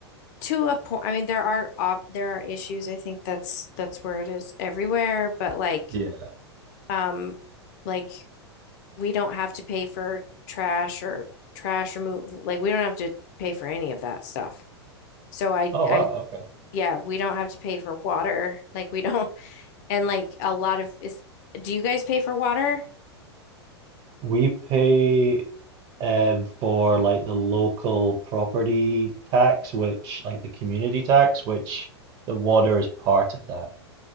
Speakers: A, on the left; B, on the right.
A: to a point, I mean, there are ob there are issues. I think that's that's where it is everywhere, but like
B: Yeah.
A: um like we don't have to pay for trash or trash removal. Like we don't have to pay for any of that stuff. So I
B: Oh,
A: I
B: wow, okay.
A: yeah, we don't have to pay for water. <laughs> Like we don't and like a lot of is do you guys pay for water?
B: We pay um for like the local property tax, which like the community tax, which the water is part of that.